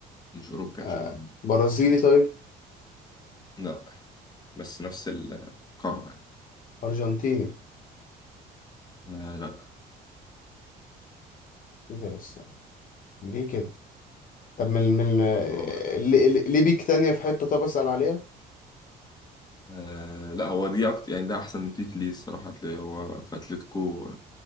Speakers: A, on the left (about 25°); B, on the left (about 55°).
A: مش أوروبي
B: آه
A: عشان
B: برازيلي طيب
A: لا بس نفس القارة
B: ارجنتيني
A: آه لا
B: ايه ده يا اسطى ليه كده طب من من
A: هو
B: ليه ليه بيك تانية في حتة طب أسأل عليها
A: آه لا هو دي أكتر يعني ده أحسن بيك ليه الصراحة هتلاقي هو في أتلتيكو